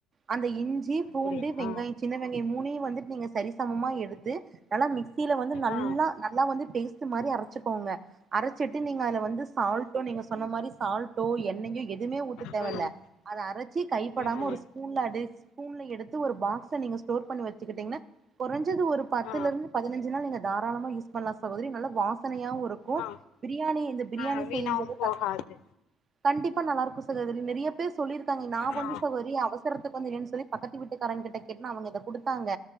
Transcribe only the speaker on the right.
அந்த இஞ்சி பூண்டு
வெங்காயொ
சின்ன வெங்காயொ மூணையு வந்துட் நீங்க சரி சமமா எடுத்து நல்லா மிக் மிக்சில வந்து நல்லா
நல்லா வந்து பேஸ்ட் மாரி அரசிக்கோங்க அரச்சிட்டு நீங்க அதுல வந்து சால்டோ நீங்க சொன்ன மாரி சால்ட்டோ எண்ணையோ எதுமே ஊத்த தேவல்ல
அத அரச்சி கைபடாம
ஒரு ஸ்பூன்ல ஸ்பூன்ல எடுத்து ஒரு பாக்ஸ்ல நீங்க ஸ்டோர் பண்ணி வச்சிகிட்டீங்னா கொறஞ்சது ஒரு பத்துலர்ந்து
பதினஞ்சி நாள் நீங்க தாராளம யூஸ் பண்ல சகோதரி நல்ல வாசனயாவு இருக் க்கு
பிரியாணி இந்த பிரியாணி
செய்யும் போது
தக்கா கண்டிப்பா நல்லார்க்கு சகோதரி நிறைய பேர் சொல்லி இருக்காங்க நா
வந்து சகோதரி அவச அவசரத்துக்கு இல்லென்னு சொல்லி பக்கத்து வீட்டுக்காரங் கிட்ட கேட்ன்னா அவங்க இத குடுத்தாங்க